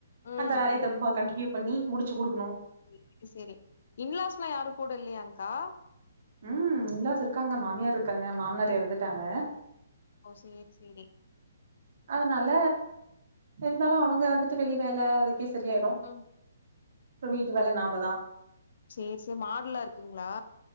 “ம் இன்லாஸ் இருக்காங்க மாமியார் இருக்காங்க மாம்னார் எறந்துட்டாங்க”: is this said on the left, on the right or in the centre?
Right